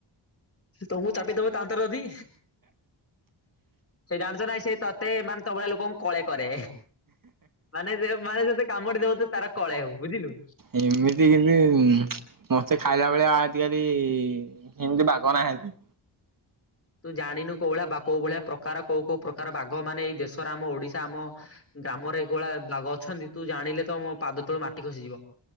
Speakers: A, on the left; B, on the right.
A: ତ ମୁଁ ଚାପି ଦେବ ତାନ୍ତର ଯଦି। ସେ ଜାଣିଛ ନାଇଁ ସେ ତତେ ମାନେ ତୋଭଳିଆ ଲୋକଙ୍କୁ କଳେ। କରେ ମାନେ ମାନେ ଯତେ କାମୁଡି ଦବ ତ ତାର କଳେ ହବ ବୁଝିଲୁ।
B: ଏମିତି କିନ୍ତତି ମତେ ଖାଇଲା ବେଳେଆ ଆ ଆଜିକାଲି ଏମିତି ବାଘ ନାହାଁନ୍ତି।
A: ତୁ ଜାଣିନୁ କୋଉ ଭଳିଆ ବା କୋଉ ଭଳିଆ ପ୍ରକାର କୋଉ କୋଉ ପ୍ରକାର ବାଘ ମାନେ ଏଇ ଦେଶର ଆମ ଓଡିଶା ଆମ ଗ୍ରାମରେ ଏକଭଳିଆ ବାଘ ଅଛନ୍ତି ତୁ ଜାଣିଲେ ତମୋ ପାଦ ତଳୁ ମାଟି ଖସିଯିବ।